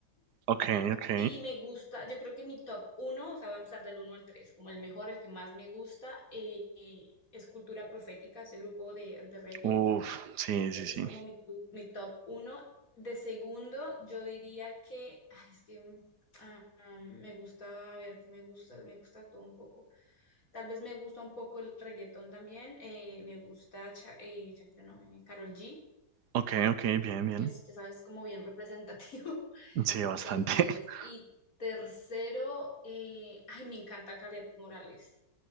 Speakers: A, on the right; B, on the left.
A: Ok, ok.
B: Y me gusta, yo creo que mi top uno, o sea, va a empezar del uno al tres, como el mejor, el que más me gusta, eh, eh, es Cultura Profética, ese grupo de, de reggae.
A: Uff, sí,
B: Ese
A: sí, sí.
B: es como mi, tu- mi top uno. De segundo, yo diría que, ay, es que mm, ah, ah, me gusta, a ver, que me gusta, me gusta todo un poco. Tal vez me gusta un poco el reggaetón también, eh, me gusta Cha- eh, Shakira, no, eh, Karol G,
A: Ok, ok, bien, bien.
B: que es, ya sabes, como bien <laughs> representativo.
A: Sí, bastante.
B: Entonces,
A: <laughs>
B: y tercero, eh, ay, me encanta Calet Morales.